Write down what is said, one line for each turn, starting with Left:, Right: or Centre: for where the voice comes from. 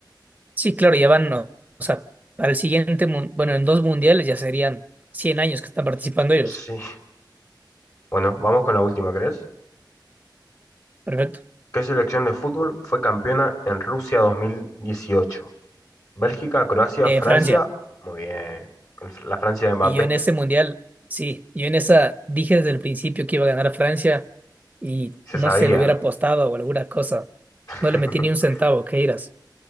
Right: Sí, claro, ya van, o, o sea, para el siguiente, mun- bueno, en dos mundiales ya serían 100 años que están participando ellos.
Left: Sí. Bueno, vamos con la última, ¿crees?
Right: Perfecto.
Left: ¿Qué selección de fútbol fue campeona en Rusia 2018? Bélgica, Croacia,
Right: Eh,
Left: Francia.
Right: Francia.
Left: Muy bien. La Francia de Mbappé.
Right: Y yo en ese mundial, sí, yo en esa dije desde el principio que iba a ganar Francia y
Left: Se
Right: no
Left: sabía.
Right: se lo hubiera apostado o alguna cosa.
Left: <laughs>
Right: No le metí ni un centavo, ¿qué irás?